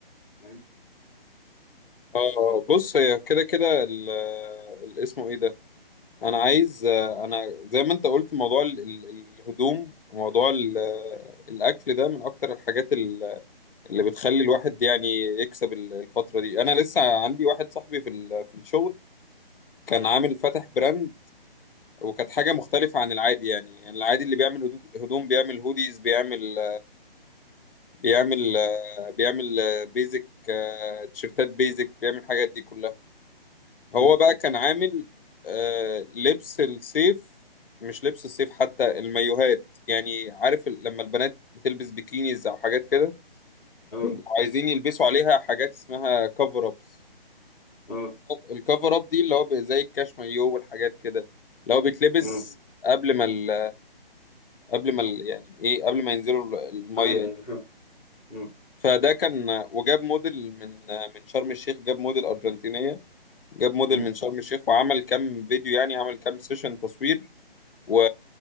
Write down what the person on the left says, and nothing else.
اه آه. بص هي كده كده ال- ال- اسمه ايه ده انا عايز آه، انا زي ما انت قلت موضوع ال- ال- الهدوم موضوع ال- آه، الاكل ده من اكتر الحاجات ال- اللي بتخلي الواحد يعني يكسب ال- الفترة دي انا لسه عندي واحد صاحبي في ال- في الشغل كان عامل فاتح براند وكانت حاجة مختلفة عن العادي يعني يعني العادي اللي بيعمل هدو- هدوم بيعمل هوديز بيعمل بيعمل آه، بيعمل بيزك تيشيرتات بيزك بيعمل الحاجات دي كلها
هو بقى كان عامل آه، لبس الصيف مش لبس الصيف حتى المايوهات يعني عارف ال- لما البنات بتلبس بيكينيز او حاجات كده
بيبقوا عايزين يلبسوا عليها حاجات اسمها كفر ابس
الكفر اب دي اللي هو بي- زي الكاش مايو والحاجات كده اللي هو بيتلبس
قبل ما ال- قبل ما ال- يعني ايه قبل ما ينزلوا ال- الميه
فده كان وجاب موديل من من شرم الشيخ جاب موديل أرجنتينية جاب موديل
من شرم الشيخ وعمل كام فيديو يعني عمل كام سيشن تصوير و...